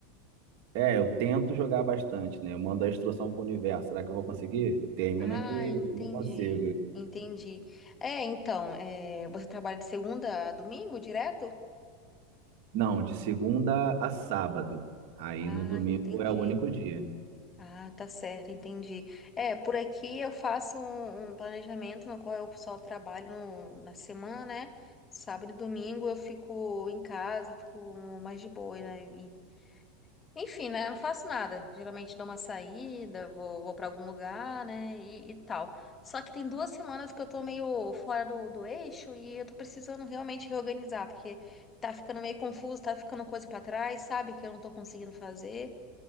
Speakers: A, on the right; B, on the left.
A: É, eu tento jogar bastante, né? Eu mando a instrução pro universo. Será que eu vou conseguir? Termina
B: Ah,
A: que
B: entendi.
A: não consigo.
B: Entendi. É, então, é, você trabalha de segunda a domingo direto?
A: Não, de segunda a sábado. Aí
B: Ah,
A: no domingo
B: entendi.
A: é o único dia.
B: Ah, tá certo, entendi. É, por aqui eu faço um, um planejamento no qual eu só trabalho no- na semana, né? Sábado e domingo eu fico em casa, fico mais de boa, né? E, enfim, né? Eu não faço nada. Geralmente dou uma saída, vou, vou para algum lugar, né? E, e tal. Só que tem duas semanas que eu tô meio fora do, do eixo e eu tô precisando realmente reorganizar, porque tá ficando meio confuso, tá ficando coisa pra trás, sabe? Que eu não tô conseguindo fazer.